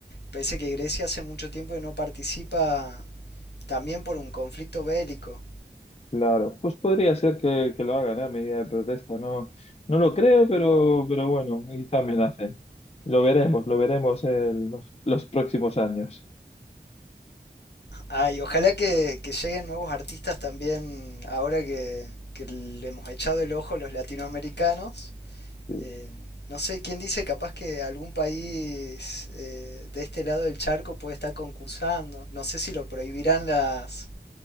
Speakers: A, on the left; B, on the left.
A: Parece que Grecia hace mucho tiempo que no participa también por un conflicto bélico.
B: Claro, pues podría ser que, que lo hagan ¿eh? a medida de protesta. No, no lo creo, pero, pero bueno, quizá me la hacen. Lo veremos, lo veremos en los, los próximos años.
A: Ah, y ojalá que, que lleguen nuevos artistas también ahora que, que le hemos echado el ojo los latinoamericanos
B: Sí,
A: Eh, no sé quién dice, capaz que algún país eh, de este lado del charco puede estar concursando. No sé si lo prohibirán las,